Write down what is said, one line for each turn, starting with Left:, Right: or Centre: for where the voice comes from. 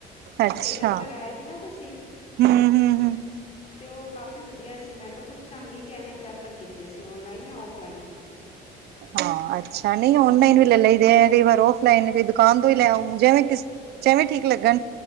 Right: ਅੱਛਾ
Left: ਸਟੇਟਸ ਲਗਾਇਆ ਸੀ ਨਾ ਤੁਸੀਂ ਈ
Right: ਹਮ ਹਮ ਹਮ
Left: ਤੇ ਉਹ ਕਾਫ਼ੀ ਈ ਵਧੀਆ ਸੀ ਮੈਂ ਕਿਹਾ ਪੁੱਛਾਂਗੀ ਕਿਵੇਂ ਪ੍ਰੈਫਰ ਕੀਤੇ ਏ ਸੀ ਔਨਲਾਈਨ ਜਾਂ ਉਫਲਾਈਨ
Right: ਹਾਂ ਅੱਛਾ ਆ ਨਹੀਂ ਔਨਲਾਈਨ ਵੀ ਲੈ ਲਈਦੇ ਆ ਕਈ ਵਾਰ ਔਫਲਾਈਨ ਵੀ ਦੁਕਾਨ ਤੋਂ ਈ ਲੈਓ ਜਵੇਂ ਕਿਸ ਜਿਵੇਂ ਠੀਕ ਲੱਗਣ